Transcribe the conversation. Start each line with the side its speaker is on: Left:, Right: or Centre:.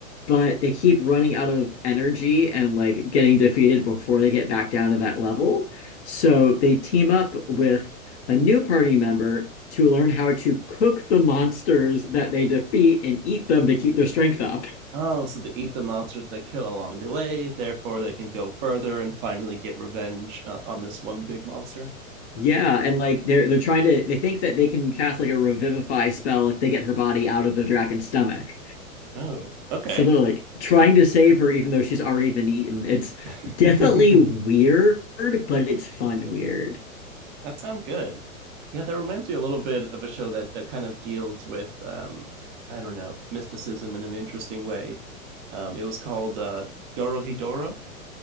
Left: But they keep running out of energy and like getting defeated before they get back down to that level. So they team up with a new party member to learn how to cook the monsters that they defeat and eat them to keep their strength up.
Right: Oh, so they eat the monsters they kill along the way, therefore they can go further and finally get revenge uh, on this one big monster.
Left: Yeah, and like they're they're trying to they think that they can cast like a revivify spell if they get her body out of the dragon's stomach.
Right: Oh, okay.
Left: So they're like trying to save her even though she's already been eaten. It's
Right: <laughs>
Left: definitely weird, but it's fun weird.
Right: That sounds good. Yeah, that reminds me a little bit of a show that that kind of deals with um I don't know, mysticism in an interesting way. Um it was called uh Dorohedoro